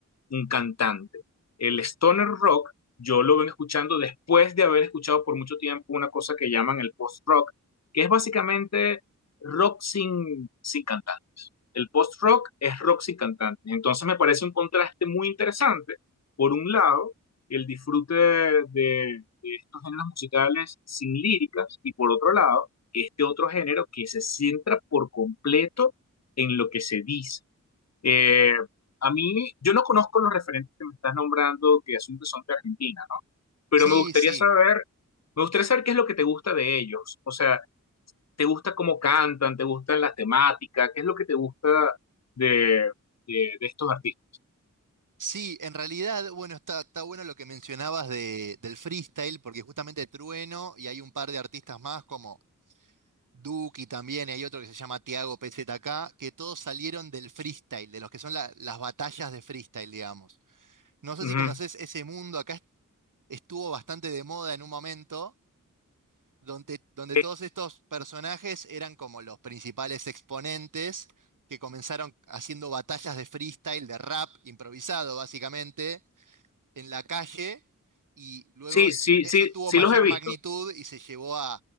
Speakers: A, on the left (about 55°); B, on the right (about 75°).
A: un cantante. El stoner rock yo lo vengo escuchando después de haber escuchado por mucho tiempo una cosa que llaman el post-rock, que es básicamente rock sin, sin cantantes. El post-rock es rock sin cantantes. Entonces me parece un contraste muy interesante. Por un lado, el disfrute de, de estos géneros musicales sin líricas y por otro lado, este otro género que se centra por completo en lo que se dice, eh, a mí, yo no conozco los referentes que me estás nombrando, que asumo que son de Argentina, ¿no? Pero
B: Sí,
A: me gustaría
B: sí.
A: saber, me gustaría saber qué es lo que te gusta de ellos. O sea, ¿te gusta cómo cantan? ¿Te gustan las temáticas? ¿Qué es lo que te gusta de, de, de estos artistas?
B: Sí, en realidad, bueno, está, está bueno lo que mencionabas de, del freestyle, porque justamente Trueno y hay un par de artistas más como Duki también, y hay otro que se llama Tiago PZK, que todos salieron del freestyle, de los que son la- las batallas de freestyle, digamos. No sé
A: Ujú.
B: si conoces ese mundo, acá est- estuvo bastante de moda en un momento, donde, donde
A: Eh,
B: todos estos personajes eran como los principales exponentes que comenzaron haciendo batallas de freestyle, de rap improvisado, básicamente en la calle y luego
A: sí, sí,
B: eso
A: sí,
B: tuvo
A: sí
B: mayor
A: los he visto.
B: magnitud y se llevó a,